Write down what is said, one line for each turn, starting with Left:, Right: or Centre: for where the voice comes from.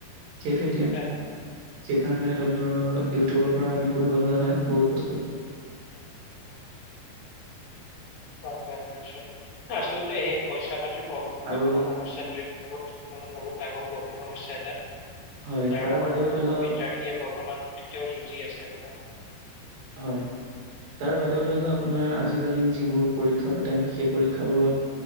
Right: কেইটো এতিয়া
Left: হয়?
Right: সেইকাৰণে ধৰি লও ইউটিউবৰ পৰা আমি পঢ়িব লগা হয় বহুত বস্তু
Left: হয় হয় হয়য় আচলতেেই পইচাতি্ম
Right: আৰু
Left: আপোনাৰ সমস্াটো এইটো মানত বহুত ডাঙৰ অভিভৱ হৈছে এটা
Right: হয়
Left: যাৰ
Right: তাৰ
Left: লগত
Right: বাদেও
Left: বহুতো
Right: ধৰি লও
Left: বিদ্যাৰ্থীয়ে বৰ্তমান কিয়ৰ চূচী আছে বা
Right: হয় তাৰ বাদেও ধৰি লও আপোনাৰ আজিকালি যিবোৰ পৰীক্ষা পাতে সেই পৰীক্ষাবোৰত